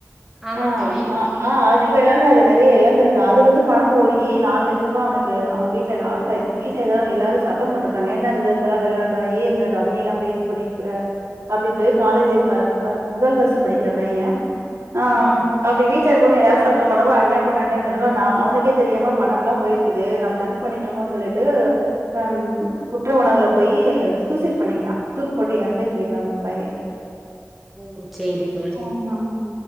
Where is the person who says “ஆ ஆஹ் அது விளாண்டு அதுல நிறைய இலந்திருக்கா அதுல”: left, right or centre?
Right